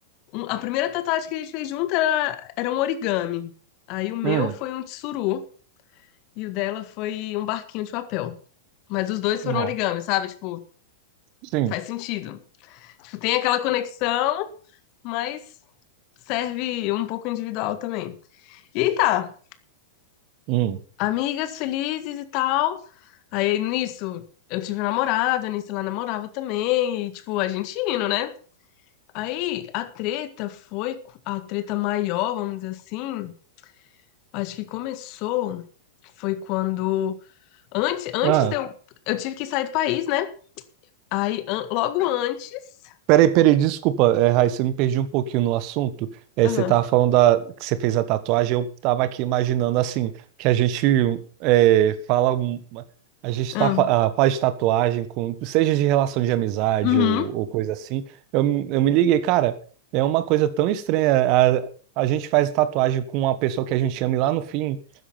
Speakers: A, on the left; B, on the right.
A: um- a primeira tatuagem que a gente fez junto era, era um origami. Aí o meu
B: Hum.
A: foi um tsuru e o dela foi um barquinho de papel. Mas os dois foram
B: Ó.
A: origami, sabe? Tipo,
B: Sim.
A: faz sentido. Tipo, tem aquela conexão, mas serve um pouco individual também. E aí tá,
B: Hum.
A: amigas felizes e tal. Aí nisso eu tive um namorado, nisso ela namorava também, e tipo, a gente indo, né? Aí a treta foi a treta maior, vamos dizer assim, Acho que começou foi quando antes antes
B: Ah,
A: de eu eu tive que sair do país, né? Aí an- logo antes,
B: Peraí, peraí, desculpa, é, Raíssa, eu me perdi um pouquinho no assunto. É,
A: aham,
B: você estava falando da, que você fez a tatuagem, eu estava aqui imaginando assim, que a gente é, fala, uma- a gente
A: aham,
B: tá, fa- ah, faz tatuagem, com, seja de relação de amizade
A: uhum,
B: ou, ou coisa assim. Eu, me- eu me liguei, cara, é uma coisa tão estranha. A, a gente faz tatuagem com uma pessoa que a gente ama e lá no fim